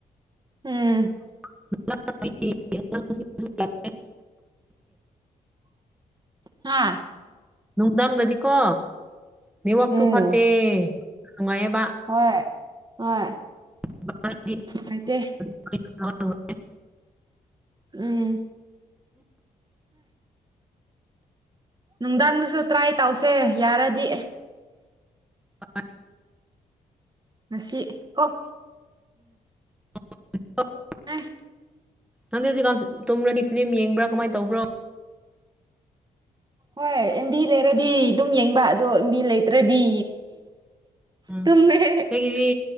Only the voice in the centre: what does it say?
<unintelligible>
ꯅꯨꯡꯗꯥꯡꯗꯗꯤꯀꯣ ꯅꯦꯠꯋꯥꯛꯁꯨ
ꯐꯠꯇꯦ ꯅꯨꯡꯉꯥꯏꯌꯦꯕ
<unintelligible>
ꯑ <unintelligible>
<inaudible>
ꯅꯪꯗꯤ ꯍꯧꯖꯤꯛꯀꯥꯟ ꯇꯨꯝꯔꯗꯤ ꯐꯤꯂꯝ ꯌꯦꯡꯕ꯭ꯔꯥ ꯀꯃꯥꯏ ꯇꯧꯕ꯭ꯔꯣ
ꯎꯝ
ꯑꯩꯒꯤꯗꯤ